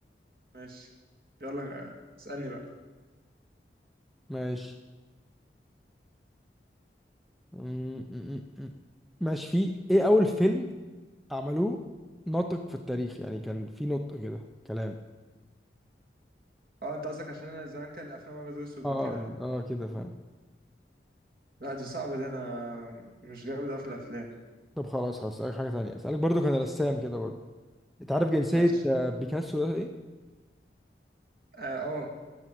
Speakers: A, on the right; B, in the centre.
A: ماشي يلا آه، اسألني بقى
B: ماشي م- م- م- م. ماشي في إيه أول فيلم عملوه ناطق في التاريخ يعني كان في نطق كده كلام
A: اه انت قصدك عشان انا زمان كان الافلام ابيض واسود
B: اه
A: وكده
B: كان-
A: يعني
B: اه كده فاهم
A: لا دي صعبة دي انا مش جامد اوي في الافلام
B: طب خلاص هسألك حاجة تانية أسألك برضو كان رسام كده برضو أنت عارف جنسية
A: ماشي
B: آه، بيكاسو ده إيه؟
A: اه آه،